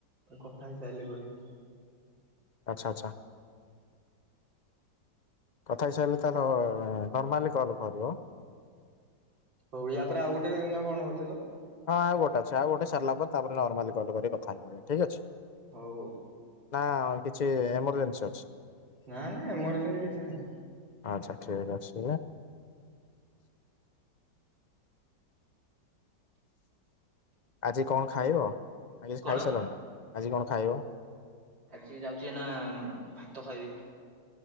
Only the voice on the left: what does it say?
ଆଛା ଆଛା। କଥା ହେଇସାରିଲେ ତାହେଲେ ନର୍ମାଲି କଲ୍ କରିବ।
ହଁ ଆଉ ଗୋଟେ ଅଛି ଆଉ ଗୋଟେ ସାରିଲା ପରେ ତାରେ ନର୍ମାଲି କଲ କରିିକି କଥା ହେଇ ପଡିବା ଠିକ ଅଛି।
ନା କିଛି ଏମରଜେନ୍ସି ଅଛି?
ଆଚ୍ଛା ଠିକ୍ ଅଛି। ଆଜି କଣ ଖାଇବ ଆ କିଛି
ଖାଇସାରିଲଣି ଆଜି କଣ ଖାଇବ?